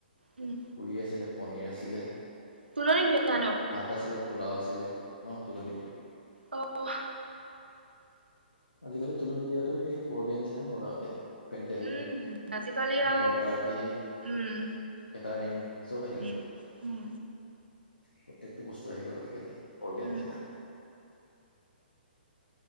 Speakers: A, on the right; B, on the left.
A: উম।
B: পুৰি আছিলে, পনীৰ আছিলে,
A: তুলনি বিয়া ন
B: ভাত আছিলে পোলাও আছিলে। অঁ, তোলনি বিয়া।
A: অঁ অহ।
B: আজিকালি তোলনী বিয়াটো সেই বৰ বিয়াৰ নিচিনাই হ'ল আও এতিয়া। পেণ্ডেল,
A: উম আজিকালি আৰু
B: ইভেণ্ট পাৰ্টি।
A: উম
B: কেটাৰিং, চ'ব আহিব।
A: উম উম
B: প্ৰত্যেকটো বস্তু আহি গ'ল আজিকালি বৰ বিয়া
A: উম
B: নিচিনা।